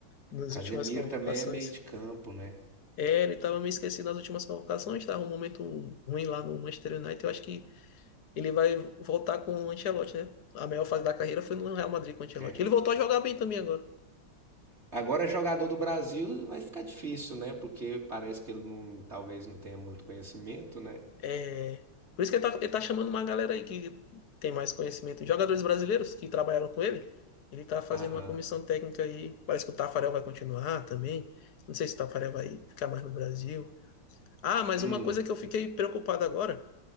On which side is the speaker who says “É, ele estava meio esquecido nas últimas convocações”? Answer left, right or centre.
Left